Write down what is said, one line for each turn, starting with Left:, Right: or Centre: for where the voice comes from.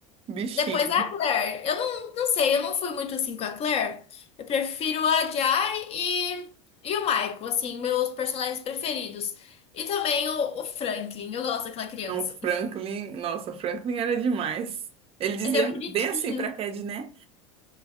Right: Bichinho.
Left: Depois a Claire. Eu não, não sei, eu não fui muito assim com a Claire. Eu prefiro a Jai e, e o Michael, assim, meus personagens preferidos. E também o, o Franklin, eu gosto daquela criança.
Right: Não, o Franklin. Nossa, o Franklin era demais. Ele dizia
Left: Ele é bonitinho.
Right: bem assim pra Cad,
Left: <laughs>
Right: né?